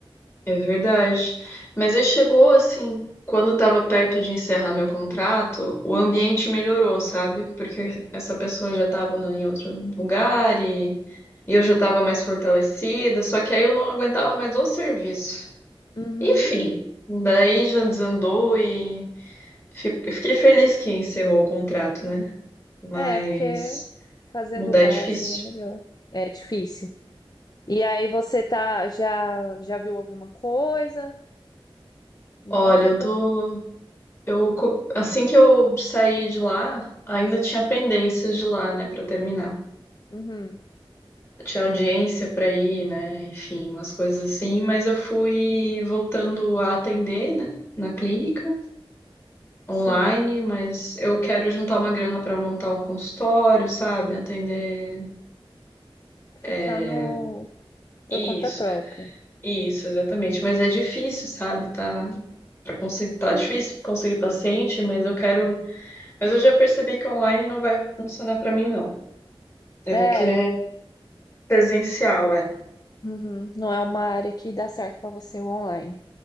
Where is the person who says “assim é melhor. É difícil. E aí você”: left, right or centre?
Left